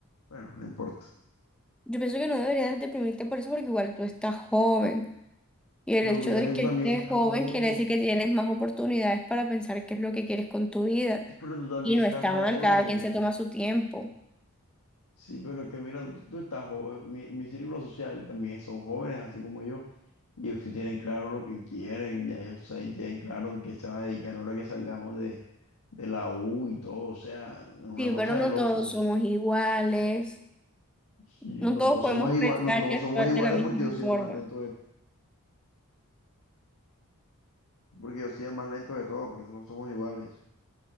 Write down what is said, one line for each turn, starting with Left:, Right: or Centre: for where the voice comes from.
Left: bueno, no importa.
Centre: Yo pienso que no deberías deprimirte por eso porque igual tú estás joven. Y el
Left: Pero
Centre: hecho
Left: mira
Centre: de
Left: que tú
Centre: que
Left: también
Centre: estés
Left: estás
Centre: joven
Left: joven,
Centre: quiere decir que tienes más oportunidades para pensar qué es lo que quieres con tu vida.
Left: pero tú también
Centre: Y no
Left: estás
Centre: está
Left: joven.
Centre: mal, cada quien se toma su tiempo.
Left: Sí, pero es que mira, tú, tú estás joven. Mi, mi círculo social también son jóvenes, así como yo. Y ellos sí tienen claro lo que quieren, ya ellos saben- tienen claro en qué se van a dedicar ahora que salgamos de, de la U y todo. O sea, es una
Centre: Sí,
Left: cosa
Centre: pero no
Left: de loco.
Centre: todos somos iguales.
Left: Sí,
Centre: No
Left: No
Centre: todos
Left: todos
Centre: podemos
Left: somos igual,
Centre: pensar
Left: no todos
Centre: y actuar
Left: somos iguales
Centre: de la misma
Left: porque yo soy
Centre: forma.
Left: el más lento Porque yo soy el más lento de todos, por eso no somos iguales.